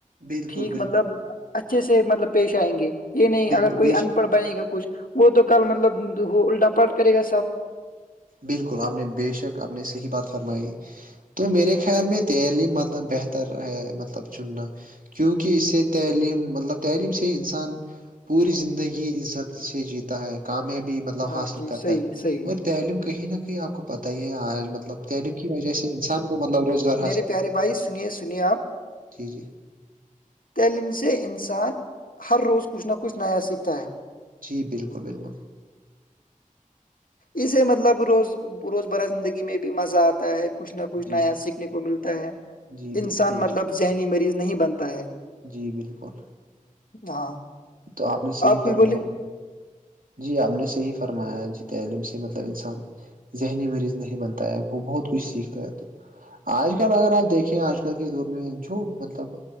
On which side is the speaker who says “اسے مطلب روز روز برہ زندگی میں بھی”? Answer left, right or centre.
Left